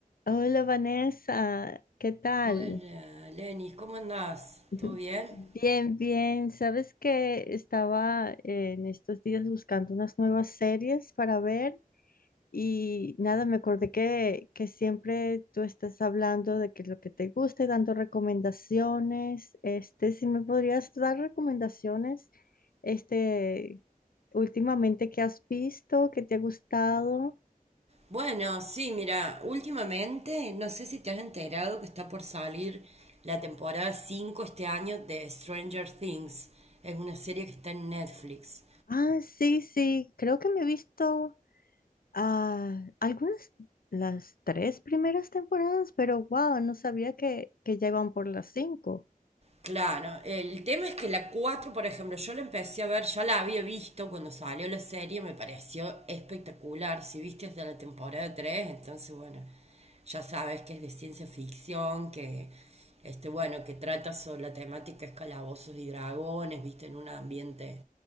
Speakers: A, on the left; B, on the right.
A: Hola Vanessa, ¿qué tal?
B: Hola, Lenis, ¿cómo andás?
A: <laughs>
B: ¿Todo bien?
A: Bien, bien. Sabes que estaba eh, en estos días buscando unas nuevas series para ver y nada, me acordé que, que siempre tú estás hablando de que lo que te guste, dando recomendaciones. Este, si me podrías dar recomendaciones, este, últimamente que has visto, que te ha gustado.
B: Bueno, sí, mira, últimamente no sé si te has enterado que está por salir la temporada 5 este año de Stranger Things. Es una serie que está en Netflix.
A: Ah, sí, sí, creo que me he visto. Ah, algunas, las tres primeras temporadas, pero wow, no sabía que, que ya iban por las cinco.
B: Claro, el tema es que la 4, por ejemplo, yo la empecé a ver, ya la había visto cuando salió la serie, me pareció espectacular. Si viste hasta la temporada 3, entonces bueno, ya sabes que es de ciencia ficción, que este bueno, que trata sobre la temática es y dragones, viste, en un ambiente,